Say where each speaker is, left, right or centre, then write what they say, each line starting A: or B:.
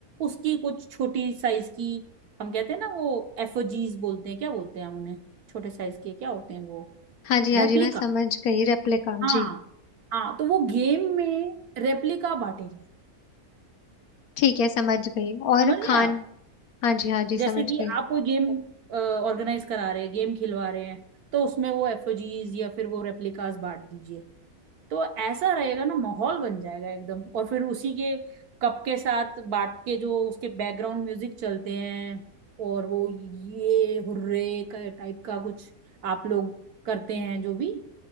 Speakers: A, on the right (about 80°); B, on the left (about 75°).
A: उसकी कुछ छोटी साइज की हम कहते हैं ना वो एफओजीज बोलते हैं क्या बोलते हैं हम उन्हें छोटे साइज के क्या होते हैं वो
B: हाँ जी हाँ
A: रेप्लिका
B: जी मैं समझ गई रेप्लिका जी
A: हाँ हाँ तो वो गेम में रेप्लिका बांटे जाए।
B: ठीक है समझ गई और
A: समझ
B: खान
A: गए आप
B: हाँ जी हाँ जी
A: जैसे
B: समझ
A: कि
B: गई
A: आप कोई गेम ऑर्गेनाइज करा रहे हैं गेम खिलवा रहे हैं तो उसमें वो एफओजीज या फिर वो रेप्लिकास बांट दीजिए तो ऐसा रहेगा ना माहौल बन जाएगा एकदम और फिर उसी के कप के साथ बांट के जो उसके बैकग्राउंड म्यूजिक चलते हैं और वो ये हुर्रे का टाइप का कुछ आप लोग करते हैं जो भी